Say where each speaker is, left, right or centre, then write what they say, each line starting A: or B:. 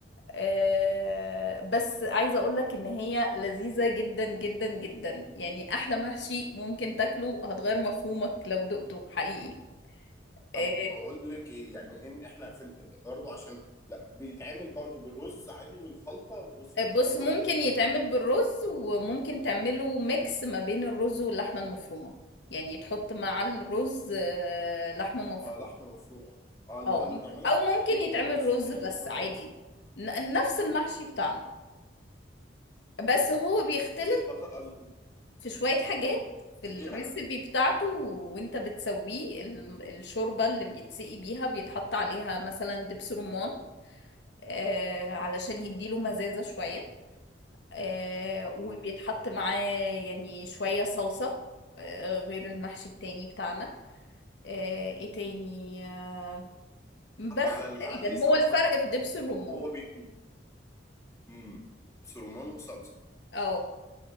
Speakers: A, on the left (about 70°); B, on the left (about 15°).
A: آه، بس عايزة اقولك ان هي لذيذة جدا جدا جدا يعني احلى محشي ممكن تاكله هتغير مفهومك لو دقته حقيقي
B: طب
A: آه،
B: بقول لك ايه يعني ان احنا في ال- برضو عشان لا بيتعمل برضو بالرز عادي والخلطه الرز بالخلطه
A: بص ممكن
B: وط... وط...
A: يتعمل
B: وط...
A: بالرز وممكن تعمله ميكس ما بين الرز واللحمة المفرومة يعني تحط مع الرز آه، لحمة مفرومة
B: آه لحمه مفرومه اه المدام
A: او مم-
B: بتعملها
A: او ممكن
B: في البطاطس
A: يتعمل رز
B: بتحشي
A: بس
B: البطاطس
A: عادي ن- نفس المحشي بتاعنا بس هو بيختلف
B: زي البطاطس
A: في شوية حاجات
B: امم
A: في
B: في
A: الريسبي
B: ايه
A: بتاعته وانت بتسويه ال- الشوربة اللي بيتسقي بيها بيتحط عليها مثلا دبس رمان آه علشان يديله مزازة شوية آه وبيتحط
B: بقى
A: معاه يعني شوية صلصة آه غير المحشي التاني بتاعنا آه ايه تاني آه
B: حتى
A: بس
B: على ال-
A: تقريبا
B: عليه صلصه
A: هو الفرق في دبس
B: وهو
A: الرمان
B: وهو بيطيب امم سرمان وصلصه
A: اه